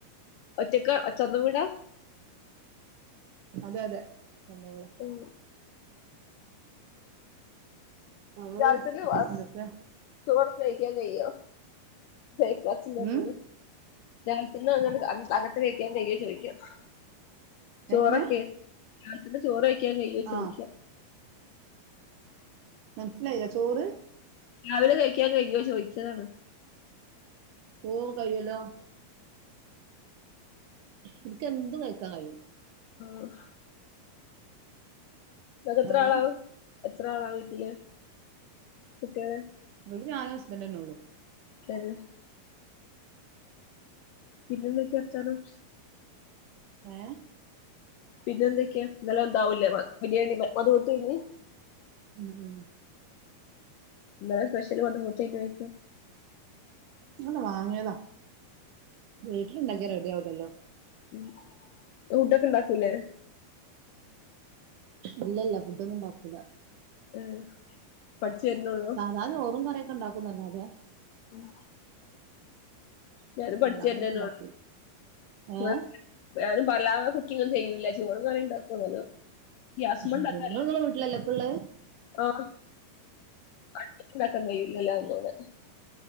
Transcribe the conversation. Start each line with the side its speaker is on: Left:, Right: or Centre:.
Left: ഒറ്റകാ സ്വന്തം വീടാ
Right: അതെ അതെ സ്വന്തം വീടാ
Left: ഉം
Right: അവ
Left: രാജത്തിന്
Right: എന്തൊക്കെ
Left: ചോറ് കഴിക്കാൻ കഴിയൊ ബ്രേക്ക്ഫാസ്റ്റ് ഇല്ലേച്ചാല്-
Right: ഉം
Left: രാവിലെ തന്നെ അങ്ങ് അങ്ങനത്ത് കഴിക്കാൻ കഴിയൊന്ന് ചോദിക്കാ- ചോറൊക്കെ
Right: എങ്ങനെ
Left: രാവിലെ തന്നെ ചോറ് കഴിക്കാൻ കഴിയുവോ ചോദിക്കാ
Right: ആ മനസ്സിലായില്ല ചോറ്
Left: രാവിലെ കഴിക്കാൻ കഴിയോ ചോദിച്ചതാണ്
Right: ഓഹ് കയ്യോല്ലോ ഇനിക്ക്ന്ത് കഴിക്കാൻ കഴിയും
Left: ആഹ് നിങ്ങക്ക് എത്ര
Right: ഏ
Left: ആളാ എത്ര ആളാ വീട്ടില് കുട്ടികള്
Right: ഇവിടെ ഞാന് ഹസ്ബന്റ് തന്നെ ഉള്ളൂ
Left: <unintelligible> പിന്നെ എന്തൊക്കെയാ വർത്താനം
Right: ഏഹ്
Left: പിന്നെ എന്തൊക്കെയാ നല്ല എന്താവൂലേ ബിരിയാണി മദ്ഹൂത്ത് എനി
Right: ഉം ഉം
Left: ഇന്നലെ സ്പെഷ്യൽ മദ്ഹൂത്ത് ആയിനൊ പോയ്ക്ക
Right: അല്ല വാങ്ങിയതാ വീട്ടിലുണ്ടാക്കിയാ റെഡി ആവതല്ലോ
Left: ങ്ങള് ഫുഡൊക്കെ ഉണ്ടാക്കൂലേ
Right: ഇല്ല ഇല്ല ഫുഡൊന്നും ഉണ്ടാക്കൂല
Left: ആഹ് പഠിച്ച് വരുന്നുള്ളു
Right: സാധാരണ ചോറുംകറിയൊക്കെ ഉണ്ടാക്കുന്നല്ലാതെ-
Left: ഉം ഞാനും പഠിച്ചു
Right: അല്ലാതൊന്നും
Left: വരണന്നേ
Right: ഉണ്ടാക്കൂല ഏഹ്
Left: ഉള്ളൂ ഞാനും പല കുക്കിങ്ങും ചെയ്യൂല്ല ചോറും കറി ഇണ്ടാക്കും അങ്ങനേ ഗ്യാസ്മേ ഇണ്ടാക്ക
Right: അതെ നിങ്ങള്
Left: <unintelligible>
Right: നിങ്ങളെ വീട്ടിലല്ലേ ഇപ്പള്ളെ
Left: ആഹ് അടുപ്പത്ത് ഇണ്ടാക്കാൻ കഴിയൂല്ല <unintelligible>